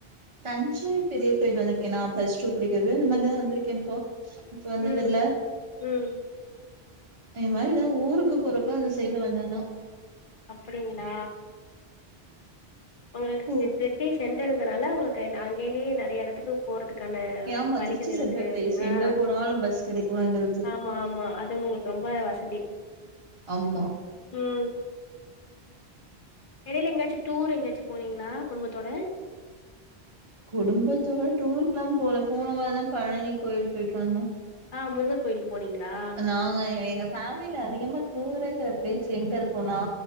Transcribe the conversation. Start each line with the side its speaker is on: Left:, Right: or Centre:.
Right: தஞ்சை பெரிய கோயில் வந்துருக்கே நா பிளஸ் டூ படிக்கிறது இது மாரிதா வந்துருக்கே இப்போ இப்ப வந்தது
Left: ம்
Right: இல்ல
Left: ம்
Right: இது மாரி எதோ ஊருக்குப் போறப்ப அந்த சைட்ல வந்ததுதா
Left: அப்படிங்களா உங்களுக்கு
Right: ஓ
Left: ச திருச்சி சென்டருங்கிறனால உங்களுக்கு அங்கயவே நெறைய எடத்துக்கு போறதுக்கான
Right: ஆமா
Left: வழிகள்
Right: திருச்சி
Left: இருக்கு
Right: சென்ட்ரல் பிளேஸ்
Left: ஆ
Right: எங்க போனாலும் பஸ் கிடைக்கும் எங்களுக்கு
Left: ஆமா ஆமா அதுவு ரொம்ப வசதி
Right: ஆமா
Left: ம் எடையில எங்காச்சு டூர் எங்காச்சு போனீங்களா குடும்பத்தோட
Right: குடும்பத்தோட டூருக்கெல்லா போல போன வாரந்தா பழனி கோயிலுக் போயிட்டு வந்தோ
Left: ஆ முருகர் கோயிலு போனீங்களா
Right: நாங்க எங்க ஃபேமிலில அதிகமா டூருங்க பிளேஸ் எங்க இருக்குன்னா